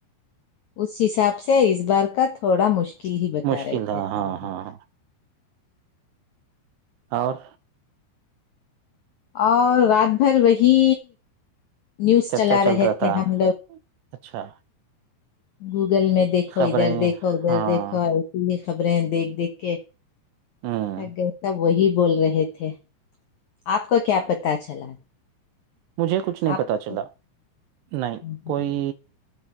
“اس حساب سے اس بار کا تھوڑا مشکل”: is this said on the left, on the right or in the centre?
Left